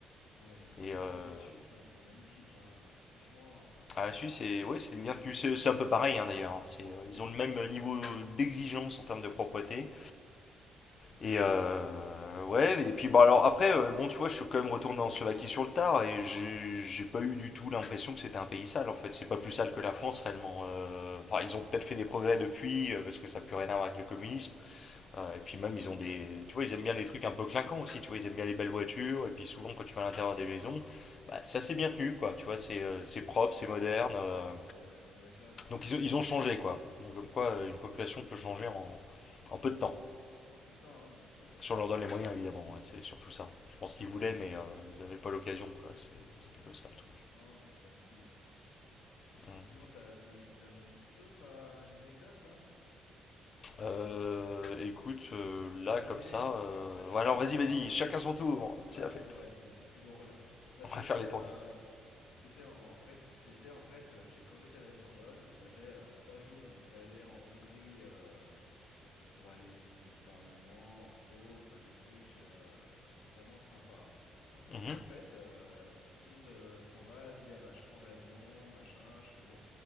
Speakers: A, on the left; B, on the left.
A: Ah ouais, les moyens,
B: Et euh,
A: comme en Suisse, hein, c'était magnifique, hein. Franchement, euh,
B: Ah, la Suisse, c'est ouais, c'est bien tenu. C'est c'est un peu pareil hein, d'ailleurs. hein. C'est, euh,
A: oui,
B: ils
A: c'est
B: ont le
A: ça.
B: même
A: hein.
B: niveau d'exigence en termes de propreté. Et euh, ouais, et puis bah alors après, euh, bon, tu vois, je suis quand même retourné en Slovaquie sur le tard et j'ai j'ai pas eu du tout l'impression que c'était un pays sale en fait. C'est pas plus sale que la France réellement. Euh, Enfin, ils ont peut-être fait des progrès depuis euh, parce que ça n'a plus rien à voir avec le communisme. Euh, et puis même, ils ont des. Tu vois, ils aiment bien les trucs un peu clinquants aussi. Tu vois, ils aiment bien les belles voitures. Et puis souvent, quand tu vas à l'intérieur des maisons, bah, c'est assez bien tenu quoi. Tu vois, c'est euh, c'est propre, c'est moderne. euh,
A: Ouais, c'est euh, c'est la classe, quoi.
B: donc ils, ils ont changé quoi. Donc comme quoi euh, une population peut changer en, en peu de temps.
A: Non, c'est ça, hein. Non, mais c'est...
B: Si on leur donne les moyens évidemment, ouais, c'est surtout ça. Je pense qu'ils
A: D'accord.
B: voulaient mais euh, ils n'avaient pas l'occasion quoi. C'est plutôt ça le truc.
A: Non, mais c'est de la folie, hein. Non, C'est clair.
B: Hum.
A: Et sinon, t'as- t'en as eu, t'en as eu une petite autre, euh, une anecdote, là?
B: Euh,
A: Non?
B: écoute, euh, là
A: Ah bah,
B: comme
A: j'en ai
B: ça,
A: une.
B: euh,
A: Tiens, j'ai...
B: ouais, alors vas-y vas-y, chacun son tour,
A: Ouais,
B: c'est la fête.
A: c'est vrai, c'est c'est plus drôle. hein. Bah,
B: On
A: c'était
B: va faire
A: euh,
B: les tournées.
A: c'était en Répu- c'était en fait, euh, j'ai quand j'étais à la Sorbonne, on avait euh, trois jours, où on devait aller en Hongrie euh, euh, pour aller visiter le Parlement, entre autres, enfin des trucs euh, vraiment sympas.
B: Mhm,
A: Et en fait, euh, l- tout le monde euh, s'en va, dit ah bah je prends l'avion, machin, je fais bon,